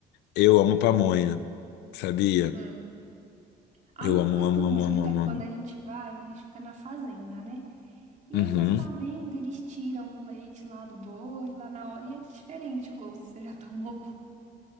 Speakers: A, on the left (about 85°); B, on the right (about 45°).
A: eu amo pamonha. Sabia?
B: Hum. A
A: Eu
B: única
A: amo,
B: coisa
A: amo,
B: que eu não
A: amo,
B: gosto
A: amo,
B: muito
A: amo.
B: é que
A: amo.
B: quando a gente vai, a gente fica na fazenda, né? E
A: Uhum.
B: aí na fazenda eles tiram o leite lá do boi, lá na hora, e é diferente o gosto. Você já <laughs> tomou?